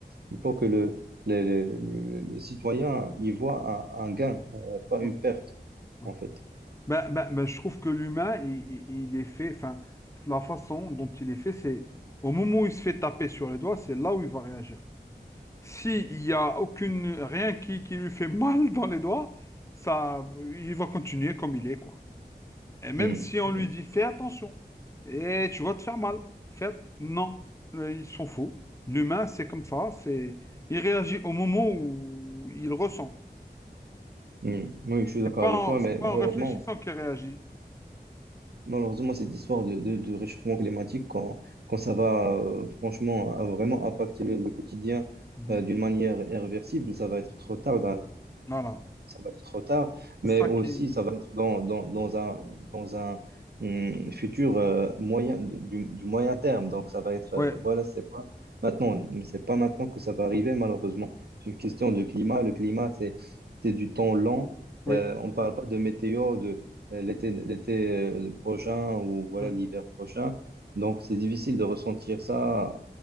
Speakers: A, on the right (about 70°); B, on the left (about 15°).
A: il faut que le, le, le, le- le citoyen y voit un, un gain, euh, pas
B: Ouais,
A: une perte,
B: ouais.
A: en fait.
B: Bah, bah, bah, je trouve que l'humain, il, il- il est fait, enfin, la façon dont il est fait, c'est au moment où il se fait taper sur les doigts, c'est là où il va réagir. S'il n'y a aucune, rien qui, qui lui fait mal dans les doigts, ça, il va continuer comme il est, quoi. Et même
A: Hmm,
B: si on
A: hmm,
B: lui dit, fais attention, et tu vas te faire mal, fais, non, Euh, il s'en fout. L'humain, c'est comme ça, c'est, il réagit au moment où il ressent.
A: hmm. Oui, je suis d'accord
B: C'est pas
A: avec
B: en,
A: toi,
B: c'est
A: mais
B: pas
A: malheureusement,
B: en réfléchissant qu'il réagit.
A: malheureusement, cette histoire de, de, de réchauffement climatique, quand, quand ça va euh, franchement euh, vraiment impacter le, le quotidien
B: Mhm.
A: euh, d'une manière irréversible, ça va être trop tard.
B: Voilà.
A: ça va être trop tard,
B: C'est
A: mais
B: ça
A: aussi
B: qui.
A: ça va être dans, dans, dans un, dans un hum, futur euh, moyen, du, du moyen terme. Donc ça va être,
B: Ouais,
A: euh, voilà, c'est pas maintenant, c'est pas maintenant que ça va arriver, malheureusement. C'est une question de climat. Le climat, c'est, c'est du temps lent.
B: oui.
A: Euh, on parle pas de météo, de euh, l'été, l'été euh, prochain ou voilà
B: Mm.
A: l'hiver prochain. Donc c'est difficile de ressentir ça.